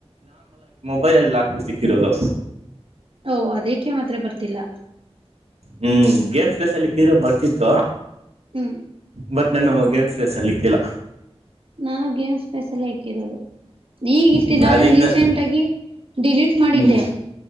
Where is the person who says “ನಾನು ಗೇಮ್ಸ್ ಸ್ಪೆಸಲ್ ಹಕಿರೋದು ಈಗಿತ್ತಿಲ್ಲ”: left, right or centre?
Right